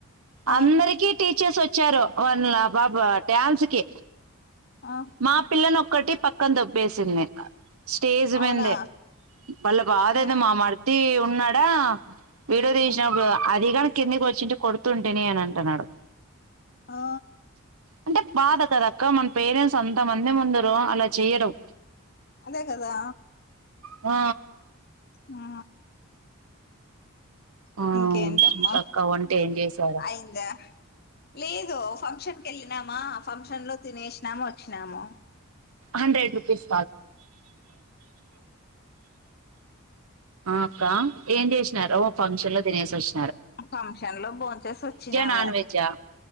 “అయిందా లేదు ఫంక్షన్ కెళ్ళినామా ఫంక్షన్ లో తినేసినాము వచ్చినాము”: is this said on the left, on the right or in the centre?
Left